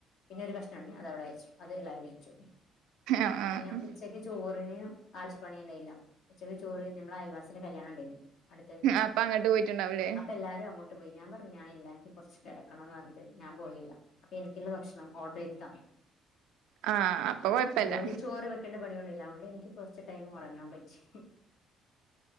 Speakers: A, on the left; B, on the right.
A: പിന്നെ ഒരു കഷ്ണംമാണ് അത് അവിടെ വെച്ചു അത് എല്ലാരും കഴിച്ചു
B: ആഹ്
A: പിന്നെ
B: ആഹ്
A: ഉച്ചക്ക് ചോറ് ചോറിന് ആശ്വാവാണി ഉണ്ടായില്ല ഉച്ചക്ക് ചോറ് നമ്മ അയൽവാസിന് കല്യാണം ഉണ്ടേന്ന് അടുത്ത്
B: അപ്പൊ അങ്ങട്ട് പോയിട്ടുണ്ടാവൂലേ
A: അപ്പൊ എല്ലാരും അങ്ങോട്ട് പോയി ഞാൻ പറഞ്ഞു ഞനായില്ല കുറച്ച് കിടക്കണംന്ന് പറഞ്ഞ് ഞാൻ പോയില്ല അപ്പൊ എനിക്കുള്ള ഭക്ഷണം ഓർഡർ ചെയ്ത് തന്നു
B: ആഹ് അപ്പൊ കൊഴപ്പല്ല
A: അതുകൊണ്ട് ചോറ് വെക്കണ്ട പണികളില്ല അതുകൊണ്ട് എനിക്ക് കുറച്ച് ടൈം ഉറങ്ങാൻ പറ്റി